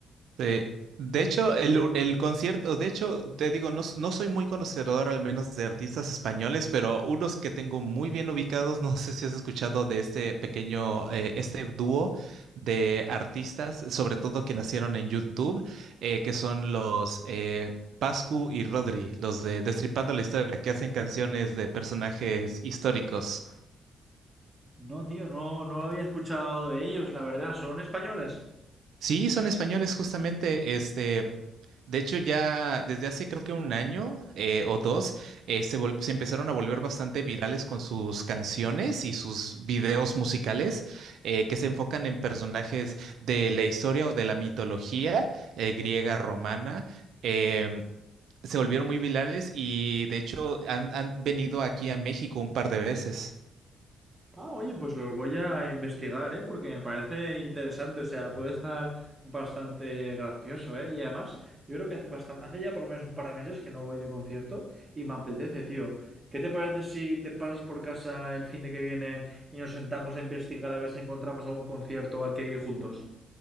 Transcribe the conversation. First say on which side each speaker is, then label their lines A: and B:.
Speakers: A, on the right; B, on the right.
A: Sí. De hecho, el, el concierto, de hecho, te digo, no, s- no soy muy conocedor al menos de artistas españoles, pero unos que tengo muy bien ubicados, no sé si has escuchado de este pequeño, eh, este dúo de artistas, sobre todo que nacieron en YouTube, eh, que son los eh, Pascu y Rodri, los de Destripando la Historia, que hacen canciones de personajes históricos.
B: No, tío, no, no lo había escuchado de ellos, la verdad. ¿Son españoles?
A: Sí, son españoles justamente. Este, de hecho, ya desde hace creo que un año eh, o dos, eh, se, vol- se empezaron a volver bastante virales con sus canciones y sus videos musicales eh, que se enfocan en personajes de la historia o de la mitología eh, griega, romana. Em, se volvieron muy virales y de hecho han han venido aquí a México un par de veces.
B: Ah, oye, pues los voy a investigar, ¿eh? Porque me parece interesante, o sea, puede estar bastante gracioso, ¿eh? Y además, yo creo que hace bastante, hace ya por lo menos un par de meses que no voy de concierto y me apetece, tío. ¿Qué te parece si te pasas por casa el fin de que viene y nos sentamos a investigar a ver si encontramos algún concierto al que ir juntos?